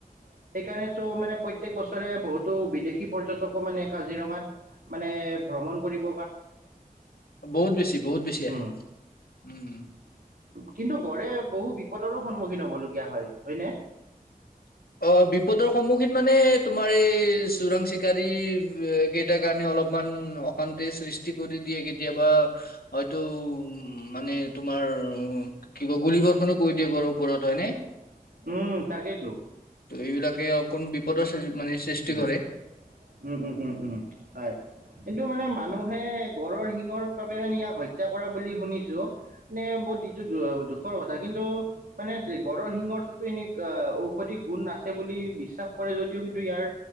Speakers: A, on the right (about 80°); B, on the left (about 80°).
A: সেইকাৰণেতো মানে প্ৰত্যেক বছৰে বহুতো বিদেশী পৰ্যটকো মানে কাজিৰঙাত মানে ভ্ৰমণ কৰিব
B: বহুত বেছি- বহুত বেছি
A: উম,
B: আহে উম।
A: কিন্তু গড় এ বহু বিপদৰো সন্মুখীন হব লগীয়া হয় হয়নে?
B: অ', বিপদৰ সন্মুখীন মানে তোমাৰ এই চোৰাং- চিকাৰী কেইটাৰ কাৰণে অলপ ইমান অশান্তিৰ সৃষ্টি কৰি দিয়ে কেতিয়াবা হয়তো উম মানে তোমাৰ আৰু কি কয় গুলি গৰখনো কৈ দিয়ে গড়ৰ ওপৰত হয়নে?
A: উম, তাকেইতো।
B: ত' এইবিলাকে অকণ বিপদৰ সৃ- মানে সৃষ্টি
A: উম
B: কৰে।
A: -উম -উম -উম -উম হয়। কিন্তু মানে মানুহে গড়ৰৰ শিঙৰ বাবে মানে ইয়াক হত্যা কৰা বুলি শুনিছো নে বহুত এইটো দুখৰ কথা কিন্তু মানে গড়ৰ শিঙৰটোতো এনে ঔষধি গুণ না আছে বুলি বিশ্বাস কৰে যদিও কিন্তু ইয়াৰ